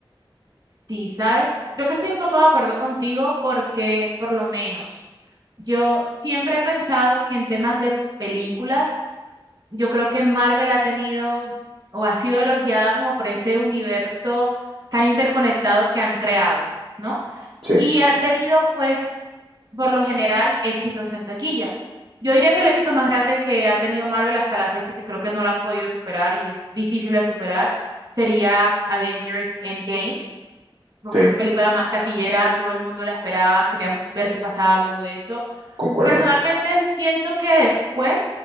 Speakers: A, on the right; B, on the right.
A: Sí, ¿sabes? Creo que estoy un poco de acuerdo contigo porque, por lo menos, yo siempre he pensado que en temas de películas, yo creo que Marvel ha tenido o ha sido elogiada como por ese universo tan interconectado que han creado, ¿no?
B: Sí,
A: Y han tenido, pues, por lo general, éxitos en taquilla. Yo diría que el éxito más grande que ha tenido Marvel hasta la fecha y que creo que no lo han podido superar y es difícil de superar, sería Avengers Endgame fue
B: sí,
A: fue su película más taquillera, todo el mundo la esperaba, queríamos ver qué pasaba luego de eso.
B: concuerdo.
A: Personalmente siento que después